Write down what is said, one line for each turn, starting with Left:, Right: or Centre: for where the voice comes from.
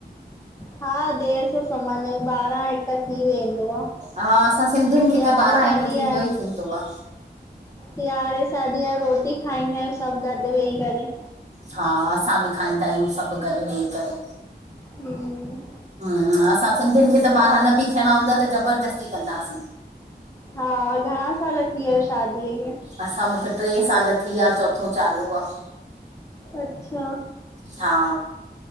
Left: हा देर सौ समान बारह हिक -- त थी वेंदो आहे।
Right: हा असां सिंधियुनि खे
Left: यारें
Right: त ॿारहां
Left: साढ़े
Right: हिकु थींदो
Left: यां
Right: ई थींदो आ।
Left: यारें साढ़े यारें रोटी खाईंदा सभु गॾ वेही करे।
Right: हा असां बि खाईंदा आहियूं सभु गॾु वेही करे।
Left: हम्म
Right: हम्म, असां सिंधियुनि खे त ॿार न बि थियणा हूंदा त ज़बरदस्ती कंदासीं।
Left: हा, घणा साल थी वियुसि शादीअ खे
Right: असां मूंखे टें साल थी विया चोथो चालू आहे।
Left: अच्छा
Right: हा